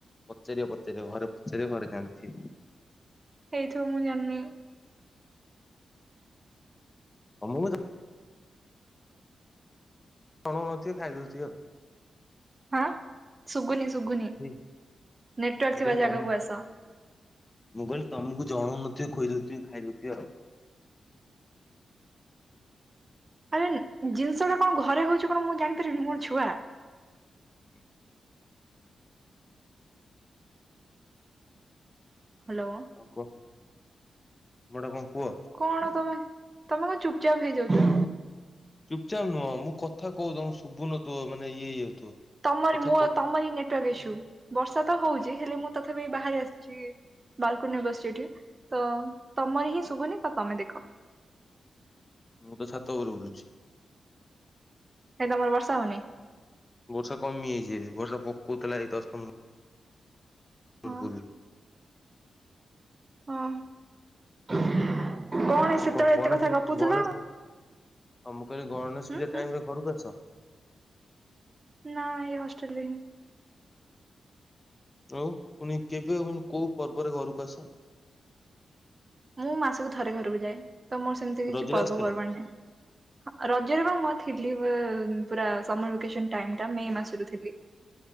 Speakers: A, on the left; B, on the right.
A: ପଚାରିବ ପଚାରିବ ଘରେ ପଚାରିବ ଘରେ ଜାଣିଥିବେ।
B: ହେଇଥିବ ମୁଁ ଜାଣିନି।
A: ହଁ ମୁଁ <unintelligible> ଥିବ ଖାଇଦଉଛି ଆଉ।
B: ହଁ ଶୁଗୁନି ଶୁଗୁନି ନେଟୱାର୍କ
A: ହେଇ ମୁଁ
B: ଥିବା
A: କହିଲି
B: ଜାଗାକୁ
A: ତମ
B: ଆସ।
A: ମୁଁ କହିଲି ତମକୁ ଜଣଉନଥିବେ ଖୋଇଦଉଥିବେ ଖାଇଦଉଥିବ ଆଉ।
B: ଆରେ ଜିନିଷଟା କଣ ଘରେ ହଉଛି କଣ ମୁଁ ଜାଣିପାରିବିନି ମୁଁ ଛୁଆ।
A: ଆଉ।
B: ହ୍ୟାଲୋ।
A: କଣ କଣଟା କୁହ।
B: କଣ ତମେ ତମେ କଣ ଚୁପଚାପ୍ ହେଇଯାଉଛ?
A: ଚୁପଚାପ ନୁହଁ ମୁଁ କଥା କହୁ ତମ ଶୁଭୁନଥିବ ମାନେ ଇଏ ହେଇଯାଉଥିବ।
B: ତମରି
A: କଥା
B: ମୁଁ
A: କ
B: ତମରି ନେଟୱାର୍କ ଇସୁ ବର୍ଷା ତ ହଉଛି ହେଲେ ମୁଁ ତଥାପ ବାହାରି ଆସିଛି। ବାଲକୋନୀ ରେ ବସିଛି ଏଠି ତମର ହିଁ ଶୁଭୁନି ତ ତମେ ଦେଖ।
A: ମୁଁ ତ ଛାତ ଉପରେ ବୁଲୁଛି।
B: କାଇଁ ତମର ବର୍ଷା ହଉନି।
A: ବର୍ଷା କମଯାଇଛି ବର୍ଷା ପକଉ ଥିଲା ଏଇ ଦଶ ପନ୍ଦର ମିନିଟ୍
B: ହଁ
A: ପୂର୍ବୁରୁ।
B: ହଁ। କଣ
A: ଆଉ
B: ସେତେବେଳେ
A: ଗ -ଗଣେଶ
B: ଏତେ କଥା ଗପୁଥିଲ?
A: ଗଣେଶ ଆଉ ମୁଁ କହିଲି ଗଣେଶ
B: ହୁଁ
A: ପୂଜା
B: ହୁଁ
A: ଟାଇମ୍ ରେ ଘରକୁ ଆସ।
B: ନା ଏଇ ହଷ୍ଟେଲ ରେ ହିଁ।
A: ଆଉ ପୁଣି କେବେ ହୁଁ କୋଉ ପର୍ବରେ ଘରକୁ ଆସ?
B: ମୁଁ ମାସକୁ ଥରେ ଘରକୁ ଯାଏ ତ ମୋର ସେମିତି କିଛି
A: ରଜରେ
B: ପର୍ବ
A: ଆସିଥିଲ
B: ପର୍ବାଣି ନାହିଁ। ଆ ରଜରେ ପା ମୁଁ ଥିଲି ପୁରା ସମର ଭେକସନ ଟାଇମ୍ ଟା ମେ ମାସରୁ ଥିଲି।